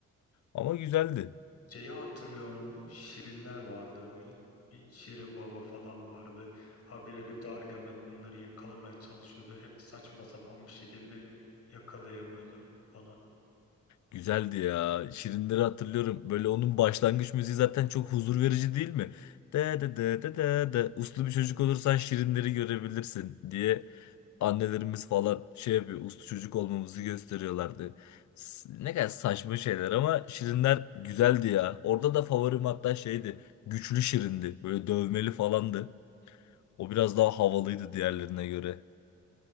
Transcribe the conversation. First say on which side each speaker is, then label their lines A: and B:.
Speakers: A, on the left (about 75°); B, on the left (about 55°).
A: Ama güzeldi.
B: Şeyi hatırlıyor musun? Şirinler vardı öyle. Bir Şirin Baba falan vardı. Habire bir Gargamel bunları yakalamaya çalışıyordu. Hep saçma sapan bir şekilde yakalayamıyordu falan.
A: Güzeldi ya. Şirinleri hatırlıyorum. Böyle onun başlangıç müziği zaten çok huzur verici değil mi? De de de de de de. Uslu bir çocuk olursan şirinleri görebilirsin diye annelerimiz falan şey yapıyor. Uslu çocuk olmamızı gösteriyorlardı. S- Ne kadar saçma
B: Hı,
A: şeyler ama şirinler
B: hı.
A: güzeldi ya. Orada da favorim hatta şeydi. Güçlü şirindi. Böyle dövmeli falandı. O biraz daha havalıydı diğerlerine göre.